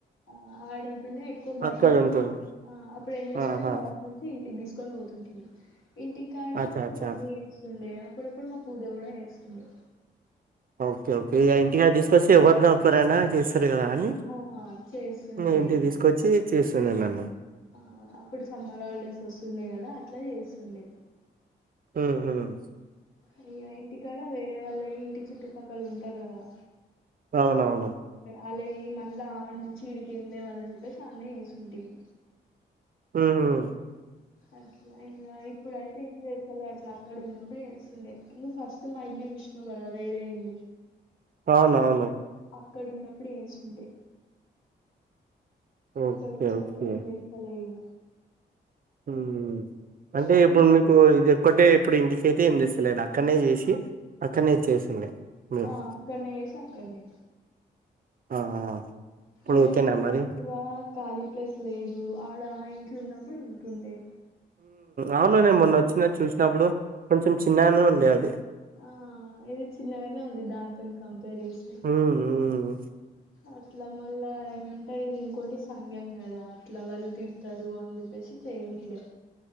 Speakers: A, on the left; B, on the right.
A: ఆ ఆడుంటుండే ఎక్కువ బట్టలు
B: అక్కడ
A: ఉంటు
B: ఉంటుంది
A: ఆ అప్పుడు ఏం చేస్తుండే
B: ఆహా
A: షాప్ నుంచి ఇంటికి తీసు కొని పోతుంటి ఇంటికాడ
B: అచ్చా
A: మా
B: అచ్చా
A: మమ్మీ ఏస్తుండే అప్పుడప్పుడు మా పూజ కూడా ఏస్తుండే
B: ఓకే ఓకే ఇగా ఇంటికాదా తీసుకొస్తే ఎవరినా ఒక్కరైనా చేస్ సర్ కా అని
A: ఆ చేస్తుండే
B: యంగా ఇంటికి
A: ఇంగా
B: తీసుకొచ్చి చేస్తుండే నన్ను
A: ఆ అప్పుడు సమ్మర్ హాలిడేస్ వస్తుండే కదా అట్లా చేస్తుండే
B: ఉహుమ్
A: అయ్యా ఇంటికాడ వేరే వాళ్ళుయి ఇంటి చుట్టుపక్కల ఉంటారు కదా
B: అవునవును
A: అల్లాయి మళ్ళా ఆడి నుంచి ఇడికి ఎందే వలని చెప్పేసి అన్నే ఏస్తుంటిమి
B: ఉహుం
A: అట్లా ఇంగా ఇప్పుడైతే ఏం చేస్తాలే అట్లా అక్కడ ఉన్నప్పుడు ఏస్తుండే నువ్ అ ఫస్ట్ మా ఇల్లు యుష్ణవు కదా వేరే ఇల్లు
B: అవునవును
A: అక్కడ ఉన్నప్పుడు ఏస్తుంటే
B: ఓకే
A: ఇక్కడ వచ్చినంక
B: ఓకే
A: ఏం చేస్తాలే ఇగ
B: ఉమ్ అంటే
A: అక్కడ
B: ఇప్పుడు మీకు ఇది ఎప్ ఒక్కటే ఇప్పుడు ఇంటికైతే ఏం తెస్తలేదు అక్కడనే చేసి అక్కడనే ఇచ్చేసిండే మీరు
A: ఆ అక్కన్నే ఏషీ అక్కన్నే
B: ఆ ఇప్పుడు
A: ఇడ
B: ఓకేనా
A: నేమో
B: మరి
A: ఎక్కువ ఖాళీ ప్లేస్ లేదు ఆడ ఆ ఇంట్లో ఉన్నప్పుడు ఉంటుండే
B: అవును నేన్ మొన్న వచ్చిన చూసినప్పుడు కొంచెం చిన్నగానే ఉండే అది
A: ఆ ఇది చిన్నగానే ఉంది దాంతో కంపేర్ చేస్తే
B: హ్మ్ హ్మ్
A: అట్లా మళ్ళా ఏమంటారు ఇది ఇంకోటి సంఘ్యం కదా అట్లా వాళ్ళు తిడతారు అని చెప్పేసి చేయ్ మీదే